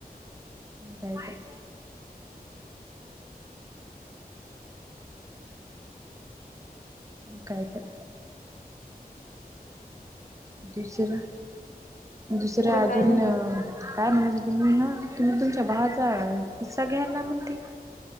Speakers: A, on the right (about 20°); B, on the left (about 60°).
A: काय ते. काय तर. दुसरं, दुसरं अजून.
B: काय नाही बघ.
A: काय म्हणत होती मी हा, तुम्ही तुमच्या भावाचा हिस्सा घ्याला म्हणती.